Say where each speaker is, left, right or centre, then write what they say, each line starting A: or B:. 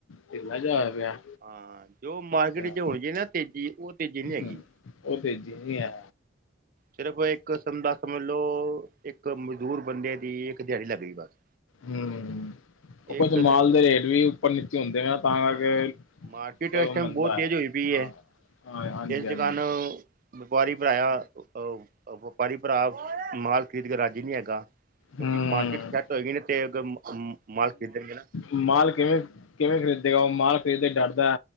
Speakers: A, on the left (about 85°); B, on the right (about 45°).
A: ਢਿੱਲਾ ਜਾ ਹੋਇਆ ਪਿਆ।
B: ਹਾਂ‌ ਜੋ ਮਾਰਕੀਟ
A: ਅੱਛਾ
B: ਚ ਹੋਜੇ ਨਾ ਤੇਜ਼ੀ ਉਹ ਤੇਜ਼ੀ ਨੀ ਹੈਗੀ।
A: ਹੂੰ ਉਹ ਤੇਜ਼ੀ ਨੀ ਐ।
B: ਸਿਰਫ਼ ਇੱਕ ਕਿਸਮ ਦਾ ਸਮਝ ਲੋ ਇੱਕ ਮਜ਼ਦੂਰ ਬੰਦੇ ਦੀ ਇੱਕ ਦਿਹਾੜੀ ਲੱਗ ਗਈ ਬਸ।
A: ਹੂੰ, ਉਹ ਕੁਝ
B: ਇੱਕ
A: ਮਾਲ
B: ਨੇ
A: ਦੇ ਰੇਟ ਵੀ ਉੱਪਰ-ਨੀਚੇ ਹੁੰਦੇ ਆ ਤਾਂ
B: ਹਾਂ
A: ਕਰਕੇ।
B: ਮਾਰਕੀਟ ਇਸ
A: ਉਹ
B: ਟੈਮ
A: ਮੰਦਾ
B: ਬਹੁਤ ਤੇਜ਼
A: ਹੈ
B: ਹੋਈ ਪਈ
A: ਹਾਂ
B: ਐ
A: ਹਾਂ ਹਾਂਜੀ
B: ਜਿਸ ਦੁਕਾਨ
A: ਹਾਂਜੀ
B: ਵਪਾਰੀ <unintelligible> ਵਪਾਰੀ ਭਰਾ ਮਾਲ ਖਰੀਦ ਕੇ ਰਾਜੀ ਨੀ ਹੈਗਾ। ਕਿਉਂਕਿ
A: ਹੂੰ
B: ਮਾਰਕੀਟ ਸੈੱਟ ਹੋਏਗੀ ਨਾ ਤੇ ਅ ਮਾਂ ਮਾਲ ਖਰੀਦਣਗੇ ਨਾ।
A: ਮਾਲ ਕਿਵੇਂ ਕਿਵੇਂ ਖਰੀਦੇਗਾ ਉਹ ਮਾਲ ਖਰੀਦ ਤੇ ਡਰਦਾ